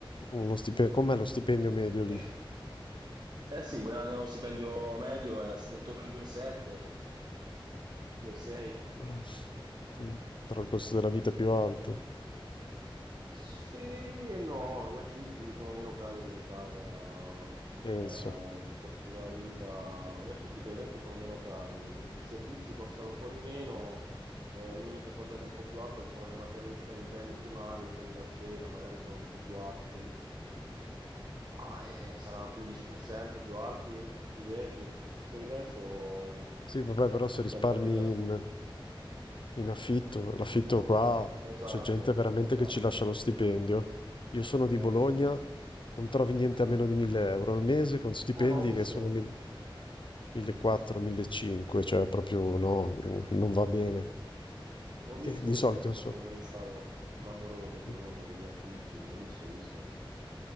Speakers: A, on the left; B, on the right.
A: uno stipendio, com'è lo stipendio medio lì?
B: Eh, eh sì, guadagnano lo stipendio medio è intorno ai 2,7, 2,6.
A: Però, mm, però il costo della vita è più alto,
B: Sì e no, gli affitti sono meno cari che in Italia, eh,
A: penso.
B: il costo della vita, gli affitti per esempio sono meno cari, i servizi costano un po' di meno, eh, l'unica cosa che è un po' più alta sono le materie, cioè i beni primari, quelli da spesa, magari sono un po' più alti del, ah, eh, sarà 15% più alti, 10%, per cento, per il resto mm,
A: Sì, vabbè, però
B: anche
A: se risparmi
B: a livello di affitti.
A: in, in affitto, l'affitto qua
B: Esatto,
A: c'è gente veramente
B: esatto,
A: che ci lascia lo stipendio. Io sono di
B: eh
A: Bologna,
B: sì, eh sì.
A: non trovi niente
B: Eh,
A: a meno di 1000 euro al mese con stipendi
B: eh, ma ho visto...
A: che sono 1000 1400, 1500, cioè proprio no, non va bene.
B: Ho visto
A: E di
B: che
A: solito
B: c'è stato
A: insomma.
B: un ricaro clamoroso a Bologna
A: Mh.
B: degli affitti, ho visto, ho visto,